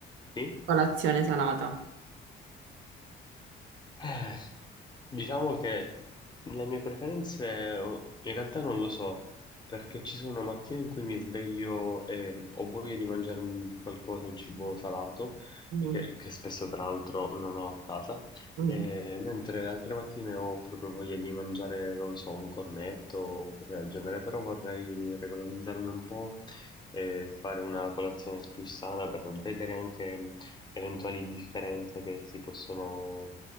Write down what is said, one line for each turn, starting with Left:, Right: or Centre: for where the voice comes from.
Left: Sì?
Right: colazione salata.
Left: Eh, diciamo che le mie preferenze oh, in realtà non lo so, perché ci sono mattine in cui mi sveglio e mm, ho voglia di mangiare un qualcosa, un cibo salato,
Right: Mhm.
Left: e che, che spesso tra l'altro non ho a casa,
Right: Mhm.
Left: e mentre altre mattine ho proprio voglia di mangiare, non so, un cornetto o cose del genere, però vorrei regolarizzarmi un po' e fare una colazione più sana per vedere anche eventuali differenze che si possono